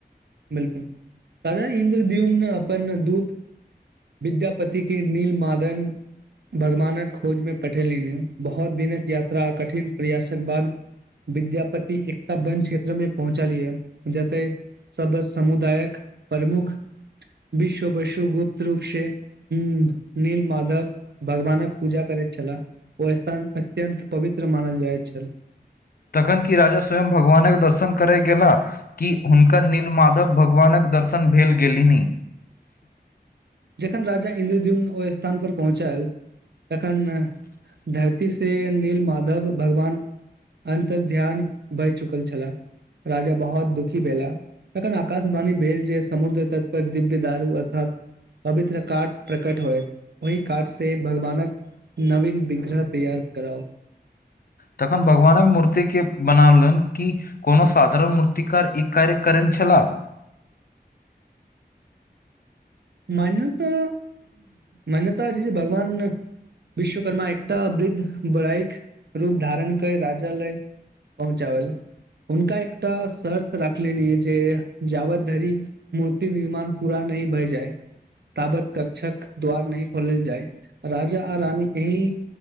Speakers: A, on the right (about 80°); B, on the left (about 60°).
A: बिल्कुल राजा इन्द्रद्युम अपन दूत विद्यापति के नील मादन भगवानक खोज में पठेलिनिन बहौत दिनक यात्रा कठिन प्रयासक बाद विद्यापति एकटा वन क्षेत्र में पहुँचलयन जते सब समुदायक प्रमुख विश्व वसु गुप्त रूप से हूं नील माधव भगवानक पूजा करैत छलाह। ओ स्थान अत्यंत पवित्र मानल जाइत छल।
B: तखन कि राजा स्वयं भगवानक दर्शन करय गेलाह। कि हुनकर नील माधव भगवानक दर्शन भेल गेलिनी।
A: जखन राजा इन्द्रद्युम ओय स्थान पर पहुँचल तखन धरती से नील माधव भगवान अन्तर ध्यान बहि चुकल छला राजा बहौत दुखी भेला। तखन आकाशवाणी भेल जे समुद्र तट पर दिव्य दारू अर्थात पवित्र काठ प्रकट होयत ओहि काठ से भगवानक नवीन विग्रह तैयार कराउ।
B: तखन भगवानक मूर्तिके बनालन कि कोनो साधारण मूर्तिकार ई कार्य करेन छलाह।
A: मान्यता मान्यता छै जे भगवान विश्वकर्मा एकटा वृद्ध बराइक रूप धारण कय राजा लय पहुँचाबल हुनका एकटा शर्त राखलेनि जे जाबत धरि मूर्ति निर्माण पूरा नही भए जाइ। ताबत कक्षक द्वार नैय खोलल जाय राजा आ रानी एहि